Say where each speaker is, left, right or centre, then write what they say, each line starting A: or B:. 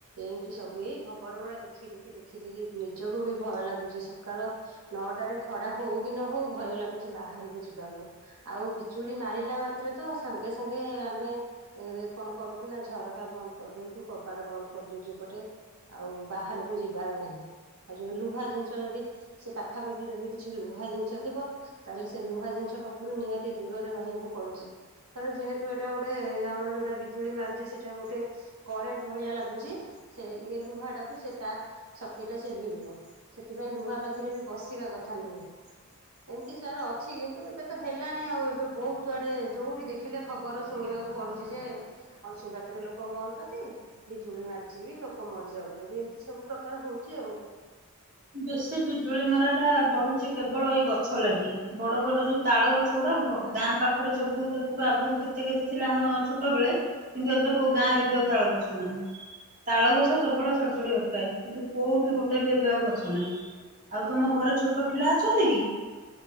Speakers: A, on the right; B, on the right.
A: ଏମିତି ସବୁ ଏଇ ଖବର ଗୁଡା ଦେଖି ଦେଖି ଦେଖି ଦେଖି ଦେଖି ନିଜକୁ ବି ଭୟ ଲାଗୁଛି ସକାଳ ନଅଟାରେ ଖରା ହଉ କି ନ ହଉ ଭୟ ଲାଗୁଛି ବାହାରକୁ ଯିବାକୁ। ଆଉ ବିଜୁଳି ମାରିଲା ମାତ୍ରେ ତ ସାଙ୍ଗେ ସାଙ୍ଗେ ଆମେ ଏ କଣ କରୁଛୁ ନା ଝରକା ବନ୍ଦ କରିଦଉଛୁ କବାଡ ବନ୍ଦ କରିଦଉଛି ଏପଟେ ଆଉ ବାହାର ପୁଝିବ। <unintelligible> ଞ୍ଚି ବାର ନାହିଁ ଆଉ ଯି ଲୁହା ଜିନିଷ ଯଦି ସେ ପାଖାପାଖି ଯଦି କିଛି ଲୁହା ଜିନିଷ ଥିବ ତାହେଲେ ସେ ଲୁହା ଜିନିଷ ପାଖରୁ ନିହାତି ଦୂରରେ ରହିବାକୁ ପଡୁଛି । କାରଣ ଯେହେତୁ ଏଇଟା ଗୋଟେ ଆମର ଯେଉଁଟା ବିଜୁଳି ମାରୁଛି ସେଇଟା ଗୋଟେ କରେଣ୍ଟ ଭଳିଆ ଲାଗୁଛି ସେ ଇଏ ଲୁହାଟାକୁ ସେ ତା ଶକ୍ତି ଟା ସେ ଭିଡିବ ସେଥିପାଇଁ ଲୁହା ପାଖରେ ବି ବସିବା କଥା ନୁହେଁ । ଏମତି ସାର ଅଛି କିନ୍ତୁ ଏବେ ତ ହେଲାଣି ଆଉ ଏବେ ବହୁତ ଆଡେ ଯୋଉଠି ଦେଖିଲେ ଖବର ଶୁଣିବାକୁ ପଡୁଛି ଯେ ଅଂଶୁଘାତରେ ଲୋକ ମରୁଛନ୍ତି ବିଜୁଳି ମାରିଛି ବି ଲୋକ ମରିଯାଉଛନ୍ତି ଏମିତି ସବୁ ହଉଚି ଆଉ।
B: ବେଶୀ ବିଜୁଳି ମରା ଟା ବଢୁଛି କେବଳ ଏଇ ଗଛ ଲାଗି ବଡ ବଡ ଯୋଉ ତାଳ ଗଛ ଗୁଡା ଗାଁ ପାଖରେ ସବୁ ଦ ଥିବା ଆଗରୁ କେତେ କେତେ ଥିଲା ଆମ ଛୋଟ ବେଳେ କିନ୍ତୁ ଏବେ କୋଉ ଗାଁ ରେ ବି ଆଉ ତାଳ ଗଛ ନାହିଁ ତାଳ ଗଛ କେବଳ ଚଡ ଚଡ ଅଟକାଏ କିନ୍ତୁ କୋଉଠି ଗୋଟେ ବି ଏବେ ଆଉ ଗଛ ନାହିଁ ଆଉ ତମ ଘରେ ଛୋଟ ପିଲା ଅଛନ୍ତି କି?